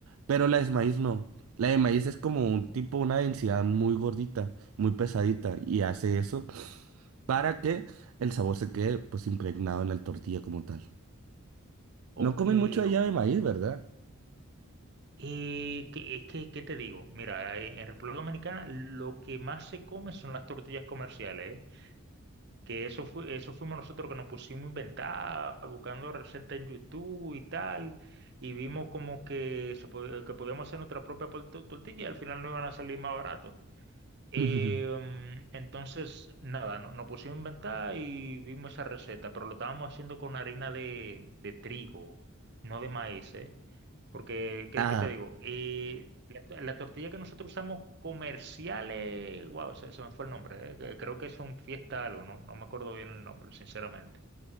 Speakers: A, on the right; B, on the right.
A: Pero la de maíz no. La de maíz es como un tipo, una densidad muy gordita, muy pesadita. Y hace eso para que el sabor se quede pues impregnado en la tortilla como tal.
B: ok,
A: No comen mucho allá
B: ok.
A: de maíz, ¿verdad?
B: Eh, ¿qué, es que- ¿qué te digo? Mira, eh, en República Dominicana lo que más se come son las tortillas comerciales, ¿eh? que eso fue, eso fuimos nosotros que nos pusimos a inventar, buscando recetas en YouTube y tal, y vimos como que, se, po- que podíamos hacer nuestra propia pol- to- tortilla y al final no iban a salir más barato. Eh,
A: <laughs>
B: mm, entonces, nada, no- nos pusimos a inventar y vimos esa receta, pero lo estábamos haciendo con harina de, de trigo, no de maíz, ¿eh? Porque, ¿qué,
A: Ah,
B: qué te digo? Eh, la, to- la tortilla que nosotros usamos comerciales, wow, se, se me fue el nombre, eh, que- Creo que es un fiesta algo, no, no me acuerdo bien el nombre, sinceramente.